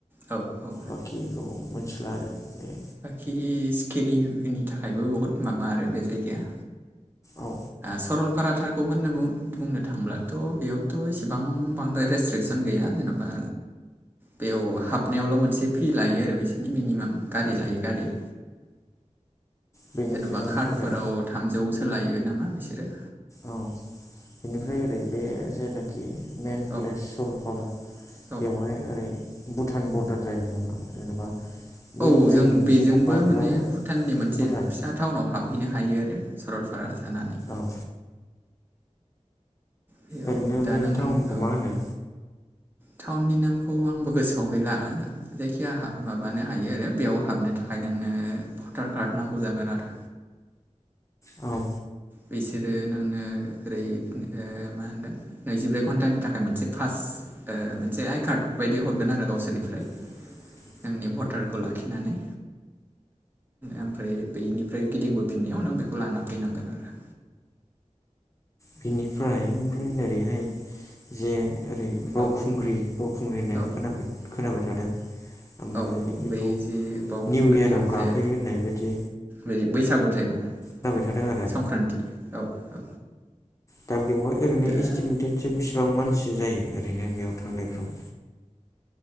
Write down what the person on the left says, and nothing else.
बाखिखौ मोनथिला आरो बे।
औ
बेनिफ्राय
ओरै
औ बेनिफ्राय ओरै बे जेनाखि मेन प्लेस
सलपारा।
बेवहाय ओरै भुटान बरडार जायो नामा जेनेबा। बै
दै
मोनसेखौ
बारब्लानो
भुटान
औ
ओरैनो
बे
टाउनखौ
मा होनो?
औ
<inaudible>
बिनिफ्राय ओमफ्राय ओरैहाय जे ओरै। बावखुंग्रि
बावखुंग्रि होननायबो
खोना खोनाबाय थादों। ओमफ्राय
बेखौ
निउ इयाराव गाखोयो
होननाय बायदि
जाबाय थादों आरो
दा बेयाव
एस्टिमेटेड। बिसिबां मानसि जायो ओरैनो बेयाव थांनायफ्राव?